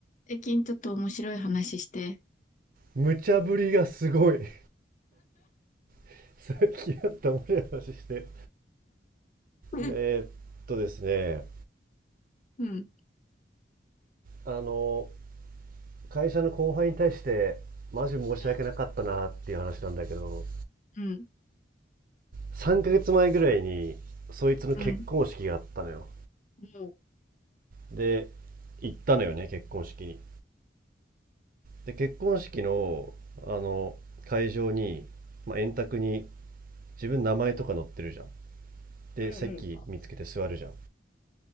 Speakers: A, on the left; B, on the right.
A: ゆきん、ちょっと面白い話して。
B: 無茶ぶりがすごい <laughs> さっきあ <laughs> った面白い話して
A: うん、
B: えーっとですね
A: うん、
B: あの会社の後輩に対してマジ申し訳なかったなっていう話なんだけど
A: うん、う
B: 3ヶ月前ぐらいにそいつの結婚式があったのよ
A: ん、うん。もうこ
B: で行ったのよね結婚式にで結婚式のあの会場に、まあ、円卓に自分名前とか載ってるじゃんで席見つけて座るじゃん
A: れ swoją か